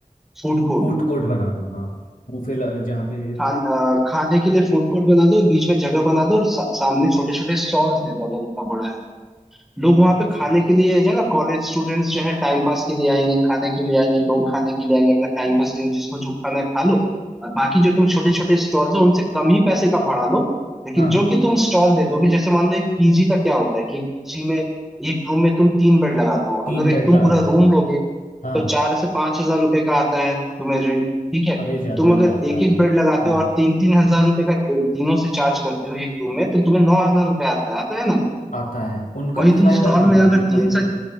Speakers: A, in the centre; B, on the left.
A: फूड कोर्ट
B: फूड कोर्ट बना दूँ हाँ बूफे ल- जहाँ पे
A: खान अ, खाने के लिए फूड कोर्ट बना दो बीच में जगह बना दो और सा, सामने छोटे छोटे स्टॉल्स दे दो अगर इतना बड़ा लोग वहां
B: अच्छा
A: पे खाने के लिए जो है ना कॉलेज स्टूडेंट्स जो है टाइम पास के लिए आएंगे खाने के लिए आएंगे लोग खाने के लिए आएंगे अपना टाइम पास करेंगे जिसको जो खाना है खा लो और बाकी जो तुम छोटे छोटे स्टॉल्स है उनसे कम ही पैसे का भाड़ा लो लेकिन
B: हाँ
A: जो कि तुम स्टॉल दे दोगे जैसे मान लो एक पीजी का क्या होता है कि एक पीजी में एक रूम में तुम तीन बेड लगाते हो
B: तीन
A: अगर
B: बेड
A: एक तुम
B: लगा
A: पूरा
B: देते
A: रूम
B: हैं
A: लोगे
B: हाँ
A: तो चार से पांच हजार रुपए का आता है तुम्हें रेंट ठीक है
B: अरे ज़्यादा
A: तुम
B: ही
A: अगर
B: आता
A: एक
B: है
A: एक बेड लगाते
B: हाँ
A: हो और तीन तीन हजार रुपए का तीनों से चार्ज करते हो एक रूम में तो तुम्हें नौ हजार रुपए आता है आता है ना
B: आता है उनका
A: वही
B: भी फायदा
A: तुम स्टॉल
B: मेरा
A: में अगर
B: भी फायदा
A: तीन से